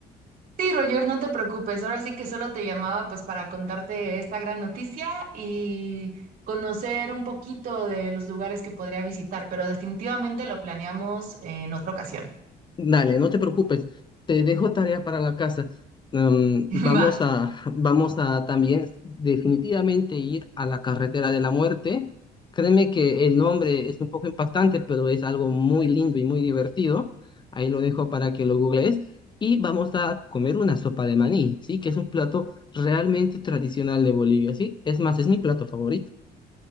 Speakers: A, on the right (about 60°); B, on the left (about 25°).
A: Sí, Roger, no te preocupes. Ahora sí que solo te llamaba pues para contarte esta gran noticia y conocer un poquito de los lugares que podría visitar, pero definitivamente lo planeamos en otra ocasión.
B: Dale, no te preocupes. Te dejo tarea para la casa. Em,
A: <laughs>
B: vamos
A: Va.
B: a, vamos a también definitivamente ir a la carretera de la muerte. Créeme que el nombre es un poco impactante, pero es algo muy lindo y muy divertido. Ahí lo dejo para que lo googlees. Y vamos a comer una sopa de maní, ¿sí? Que es un plato realmente tradicional de Bolivia, ¿sí? Es más, es mi plato favorito.